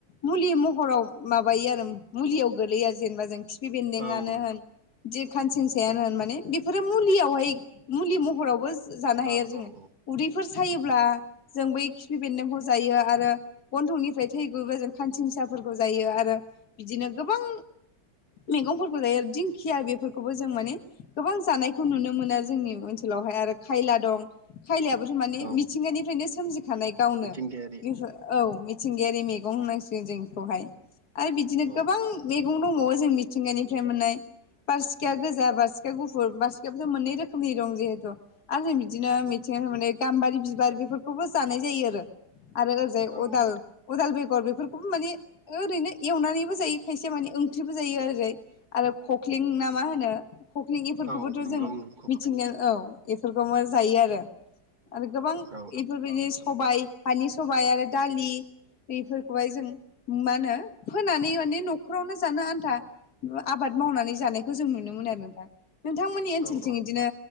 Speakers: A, on the left; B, on the right.
A: मुलि महराव माबायो आरो मुलियाव गोलैयो जेनेबा जों खिफि बेन्दोंआनो
B: औ नंगौ औ नों
A: होन जे खानसिं सेयानो होन माने बेफोरो मुलियावहाय मुलि महरावबो जा-जानो
B: औ
A: हायो
B: औ
A: आरो जोङो
B: औ
A: उदैफोर सायोब्ला जों बै खिफि बेन्दोंखौ जायो आ रो गन्थंनिफ्राय थै गबा जों खानसिंसाफोरखौ जायो आरो बिदिनो गोबां मैगंफोरखौ जायो आरो दिंखिया
B: औ
A: बेफोर खौबो जों माने गोबां जानायखौ नुनो मोनो जोंनि ओनसोलावहाय आरो खायला दं। खायलायाबोथ' माने
B: औ
A: मिथिंगानिफ्रायनो सोमजिखानाय। गावनो
B: मिथिंगायारि
A: बेफोर औ मिथिंगायारि मैगं होननांसिगोन जों बेखौहाय आरो बिदिनो
B: औ
A: गोबां मेगं दंबावो जों मिथिंगानिफ्राय मोननाय। बारसिखा गोजा बारसिखा गुफुर बारसिखायाबोथ' मोननै रोखोमनि दं जिहेथु। आरो जों बिदिनो मिथिंगानिफ्राय मोननाय गाम्बारि बिबार बेफोरखौबो जानाय जायो आरो। आरो ओरैजाय
B: औ
A: अदाल
B: नोंथां
A: अदाल बेगर बेफोरखौबो माने ओरैनो एवनानैबो जायो खायसेया माने ओंख्रिबो जायो आरो जाय आरो खख्लिं ना मा होनो? कख्लिं एफोरखौबोथ'
B: औ नंगौ
A: जों
B: औ
A: मिथिंगा औ एफोरखौ मा जायो आरो। आरो गोबां
B: औ
A: एफोरबायदि सबाइ हानि सबाइ आरो दालि एफोरखौहाय जों मा होनो फोनानै माने न'खरावनो जानो आन्था आबाद मावनानै जानायखौ जों नुनो मोनो आरो नोंथां। नोंथांमोननि
B: औ
A: ओनसोलथिं
B: औ
A: बिदिनो